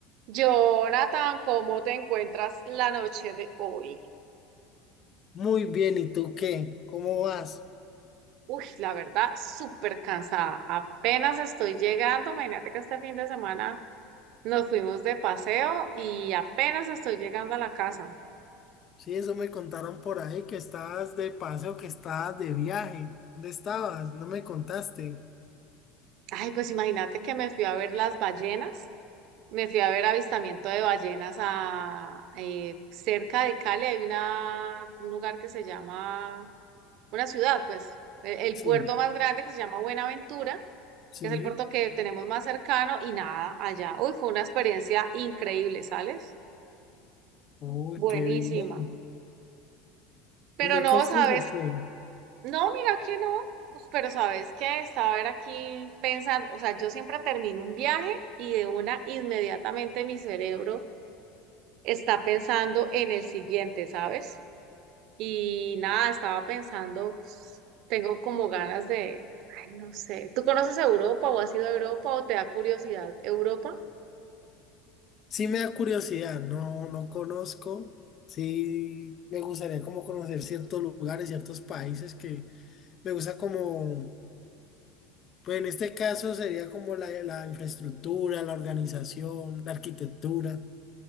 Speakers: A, on the right; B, on the left.
A: Jonathan, ¿cómo te encuentras la noche de hoy?
B: Muy bien, ¿y tú qué? ¿Cómo vas?
A: Uy, la verdad, súper cansada. Apenas estoy llegando. Imagínate que este fin de semana nos fuimos de paseo y apenas estoy llegando a la casa.
B: Sí, eso me contaron por ahí, que estabas de paseo, que estabas de viaje. ¿Dónde estabas? No me contaste.
A: Ay, pues imagínate que me fui a ver las ballenas. Me fui a ver avistamiento de ballenas a eh, cerca de Cali. Hay una, un lugar que se llama, una ciudad, pues, el
B: Sí,
A: el puerto más grande que se llama Buenaventura
B: sí.
A: que es el puerto que tenemos más cercano y nada, allá. Uy, fue una experiencia increíble, ¿sales?
B: Uy,
A: Buenísima.
B: qué bien.
A: Pero
B: ¿Y me
A: no,
B: costas
A: ¿sabes?
B: o qué?
A: No, mira que no. Uf, Pero sabes que estaba a ver aquí pensando, o sea, yo siempre termino un viaje y de una inmediatamente mi cerebro está pensando en el siguiente, ¿sabes? Y nada, estaba pensando, tengo como ganas de, ay, no sé, ¿tú conoces Europa o has ido a Europa o te da curiosidad Europa?
B: Sí me da curiosidad, no, no conozco. Sí, me gustaría como conocer ciertos lugares, ciertos países que me gusta como, pues en este caso sería como la, la infraestructura, la organización, la arquitectura,